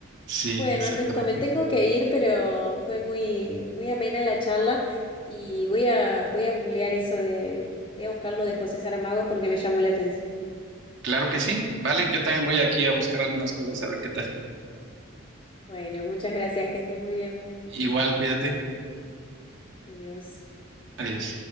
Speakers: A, on the right; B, on the left.
A: Sí,
B: Bueno,
A: exactamente.
B: Ernesto, me tengo que ir, pero fue muy, muy amena la charla y voy a, voy a googlear eso de, voy a buscar lo de José Saramago porque me llamó la atención.
A: Claro que sí. Vale, yo también voy aquí a buscar algunas cosas a ver qué tal.
B: Bueno, muchas gracias, que estés muy bien.
A: Igual, cuídate.
B: Adiós.
A: Adiós.